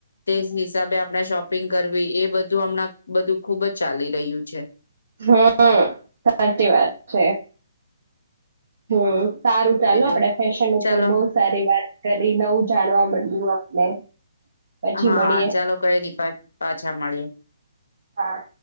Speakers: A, on the left (about 65°); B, on the right (about 55°).
A: તે હિસાબે, આપણા શોપિંગ કરવ. એ બધું હમણાં, બધું ખુબજ ચાલી રહ્યું છે.
B: હા, સાચી વાત છે. હમ,
A: હા
B: સારું ચાલો
A: બીજું
B: આપડે ફેશન, ઉપર
A: ચાલો
B: બહુ સારી વાત. કરી, નવું જાણવા મળ્યું આપને પછી
A: હા,
B: મળીએ
A: ચાલો કઈ નઈ, પાછા મળી-
B: હા.